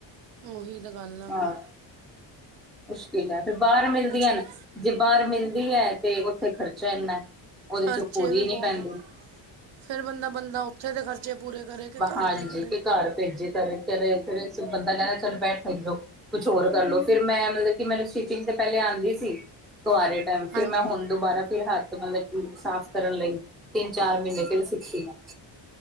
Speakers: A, on the right (about 70°); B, in the centre.
A: ਔਹੀ ਤਾਂ ਗੱਲ ਆ
B: ਹਾਂ
A: ਫੇਰ।
B: ਮੁਸ਼ਕਿਲ ਹੈ ਫਿਰ, ਬਾਹਰ ਮਿਲਦੀਆਂ
A: ਵੀ
B: ਨਾ ਜੇ ਬਾਹਰ ਮਿਲਦੀ ਹੈ ਤੇ। ਤੇ ਖਰਚਾ ਇੰਨਾ। ਉਹਦੇ
A: ਖਰਚੇ
B: ਚ ਪੂਰੀ
A: ਵੀ ਬਹੁਤ
B: ਨੀ ਪੈਂਦੀ
A: ਆ, ਫੇਰ ਬੰਦਾ ਬੰਦਾ ਔਥੇ ਦੇ ਖਰਚੇ। ਪੂਰੇ ਕਰੇ ਕਿ
B: ਮਾ
A: ਘਰ
B: ਹਾਂਜੀ
A: ਦੇ ਕਰੇ
B: ਕੇ ਘਰ ਭੇਜੇ ਕਰੇ ਤੇਰੇ <unintelligible> ਇਸ ਬੰਦਾ ਕਹਿੰਦਾ। ਬੈਠਨ ਦੋ ਕੁਛ ਹੋਰ ਕਰਲੋ, ਫਿਰ ਮੈਂ ਮਤਲਬ ਕਿ ਮੈਨੂੰ ਸਟਿਚਿੰਗ ਤੇ ਪਹਿਲੇ ਆਂਦੀ ਸੀ। ਕਵਾਰੇ ਟਾਈਮ
A: ਹਾਂਜੀ
B: ਫਿਰ ਮੈਂ ਹੁਣ ਦੁਬਾਰਾ ਫਿਰ ਹੱਥ ਤੇ <unintelligible> ਕਿ ਸਾਫ਼ ਕਰਨ ਲਈ, ਤਿੰਨ-ਚਾਰ ਮਹੀਨੇ ਫੇਰ ਸਿੱਖੀ ਮੈਂ।